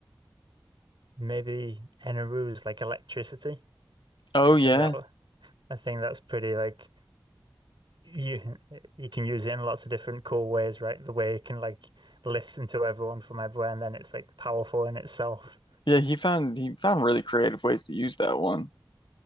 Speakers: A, on the right; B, on the left.
A: Maybe Eneru is like electricity.
B: Oh
A: I think
B: yeah.
A: that wa- I think that's pretty like you you can use it in lots of different cool ways, right? The way you can like listen to everyone from everywhere, and then it's like powerful in itself.
B: Yeah, he found he found really creative ways to use that one.